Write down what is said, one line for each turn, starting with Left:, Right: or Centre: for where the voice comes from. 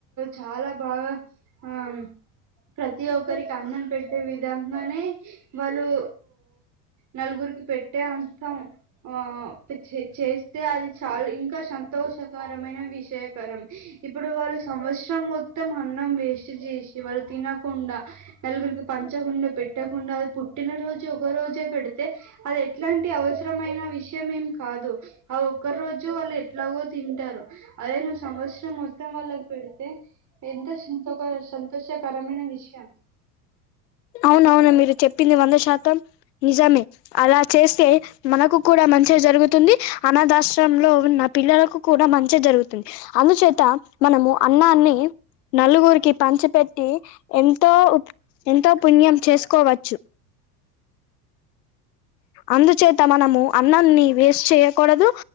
Right: చాలా బాగా ఆ ప్రతి ఒక్కరికి అన్నం పెట్టే విధంగానే వాళ్ళు నలుగురికి పెట్టే అంతం ఆ చేసి అయితే అది చాలు ఇంకా సంతోషకర ఏమయినా విషయకరం ఇప్పుడు వాళ్ళు సంవత్సరం మొత్తం అన్నం వేస్ట్ చేసి వాళ్ళు తినకుండా నలుగురికి పంచకుండా పెట్టకుండా అ పుట్టిన రోజు ఒక రోజే పెడితే అది ఎట్లాంటి అవసరమైన విషయం ఏం కాదు ఆ ఒక్క రోజు వాళ్ళు ఎట్లాగో తింటారు అదే నువ్వు సంవత్సరం మొత్తం వాళ్ళకి పెడితే ఎంత సం ఒక సంతోషకరమైన విషయం
Left: అవునవును మీరు చెప్పింది వంద శాతం నిజమే అలా చేస్తే మనకు కూడా మంచిగా జరుగుతుంది అనాదాష్ట్రంలో ఉన్న పిల్లలకు కూడా మంచిగా జరుగుతుంది అందుచేత మనము అన్నాన్ని నలుగురికి పంచపెట్టి ఎంతో ఎంతో పుణ్యం చేసుకోవచ్చు అందుచేత మనము అన్నన్ని వేస్ట్ చేయకూడదు